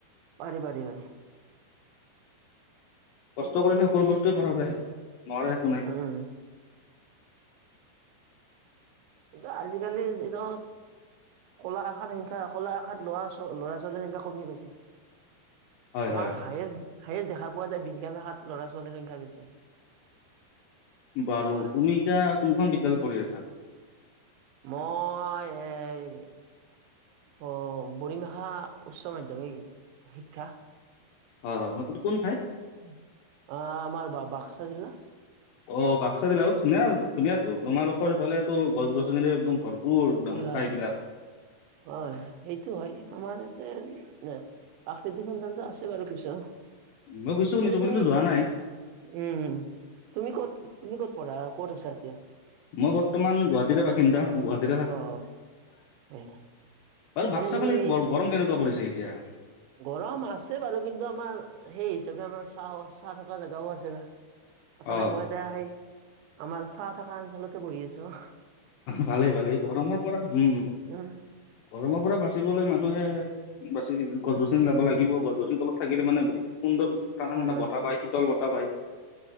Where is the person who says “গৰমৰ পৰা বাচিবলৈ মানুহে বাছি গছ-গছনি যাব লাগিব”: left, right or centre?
Left